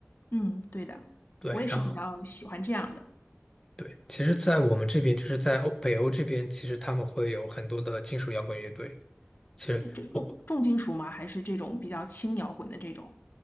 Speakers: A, on the left (about 45°); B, on the left (about 15°).
A: 嗯，对的，
B: 对，
A: 我也是比较喜欢这样的。
B: 然后。对，其实，在我们这边，就是在欧北欧这边，其实他们会有很多的金属摇滚乐队。其实我
A: 呃就重重金属吗？还是这种比较轻摇滚的这种？